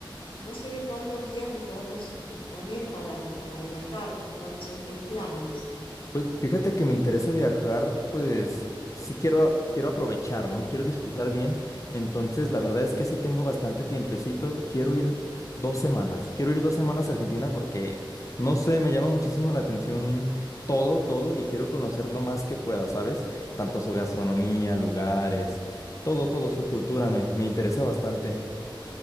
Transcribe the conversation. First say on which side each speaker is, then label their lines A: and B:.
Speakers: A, on the left (about 80°); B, on the left (about 40°).
A: No sé de cuántos días de vos disponés para, para viajar, cuáles son tus planes.
B: Pues fíjate que me interesa viajar, pues sí quiero, quiero aprovechar, ¿no? Quiero disfrutar bien. Entonces, la verdad es que sí tengo bastante tiempecito. Quiero ir dos semanas. Quiero ir dos semanas a Argentina porque, no sé, me llama muchísimo la atención todo, todo, y quiero conocer lo más que pueda, ¿sabes? Tanto su gastronomía, lugares, todo, todo, su cultura, me, me interesa bastante.